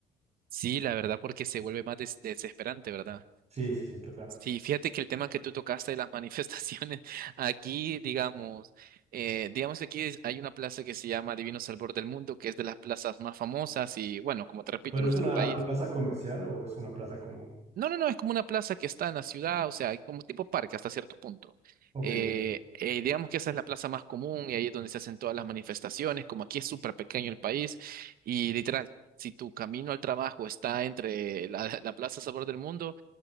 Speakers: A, on the right (about 60°); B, on the right (about 40°).
A: Sí, la verdad, porque se vuelve más des- desesperante, ¿verdad?
B: Sí, sí, sí, claro.
A: Sí, fíjate que el tema que tú tocaste de las manifestaciones, <laughs> aquí, digamos, eh, digamos que aquí es- hay una plaza que se llama Divino Salvador del Mundo, que es de las plazas más famosas y, bueno, como te repito,
B: ¿Pero
A: en
B: es
A: nuestro
B: una
A: país.
B: plaza comercial o es una plaza como...?
A: No, no, no, es como una plaza que está en la ciudad, o sea, hay como tipo parque hasta cierto punto.
B: Ok,
A: Eh,
B: ok.
A: eh, digamos que esa es la plaza más común y ahí es donde se hacen todas las manifestaciones, como aquí es súper pequeño el país y literal. Si tu camino al trabajo está entre la, <laughs> la Plaza Sabor del Mundo